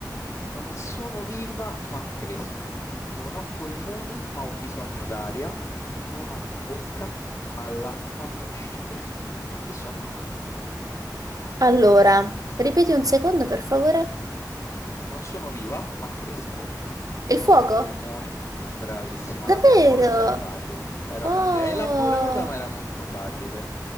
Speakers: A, on the left; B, on the right.
A: Non sono viva, ma cresco. Non ho polmoni, ma ho bisogno d'aria. Non ho bocca, ma l'acqua mi uccide. Chi sono?
B: Allora, ripeti un secondo, per favore.
A: Non sono viva, ma cresco.
B: Il
A: Non
B: fuoco?
A: ho polmoni. Bravissima
B: Davvero?
A: la fiamma, questa era facile. Era
B: Oh.
A: facile. È elaborata, ma era molto facile.